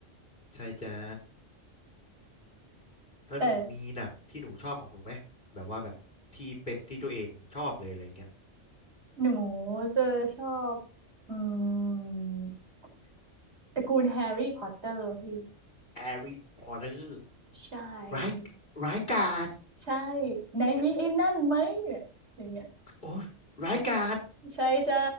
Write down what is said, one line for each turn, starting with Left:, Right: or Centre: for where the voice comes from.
Left: ใช่จ้า
Right: <laughs>
Left: แล้วหนูมีหนังที่หนูชอบของหนูไหมแบบว่าแบบที่เป็นที่ตัวเองชอบเลยอะไรเงี้ย
Right: แต่หนูจะชอบอืม ตระกูลแฮร์รี่พอตเตอร์พี่
Left: แฮร์รี่พอตเตอร์
Right: ใช่
Left: ร้ายร้ายกาจ
Right: ใช่ไหนมีไอ้นั่นไหมเนี่ยอย่างเงี้ย
Left: <laughs> โอ้ยร้ายกาจ
Right: ใช่ใช่